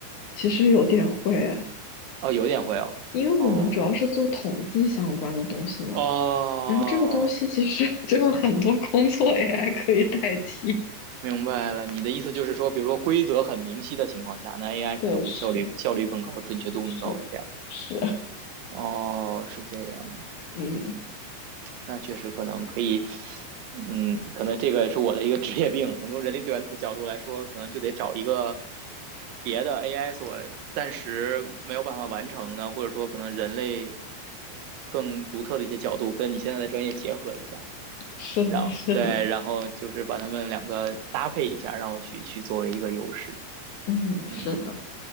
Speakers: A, on the left; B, on the right.
A: 其实有点会，
B: 哦，有点会哦，
A: 因为我们主要是做统计相关的东西嘛，
B: 哦哦，
A: 然后这个东西其实 <laughs> 就有很多工作 AI 可以代替。
B: 明白了，你的意思就是说，比如说规则很明晰的情况下，那 AI
A: 对，
B: 可能会效率效率更高，
A: 是
B: 准确度更高，
A: 是是，
B: 是这样？哦，是这样，
A: 嗯，
B: 嗯。那确实可能可以，嗯，可能这个是我的一个 <laughs> 职业病。可能从人力资源的角度来说，可能就得找一个别的 AI 所暂时没有办法完成的，或者说可能人类更独特的一些角度，跟你现在的专业结合一下，
A: 是的，
B: 然后对，
A: 是的，
B: 然后就是把它们两个搭配一下，然后去去作为一个优势。
A: 嗯，
B: 嗯
A: 是的，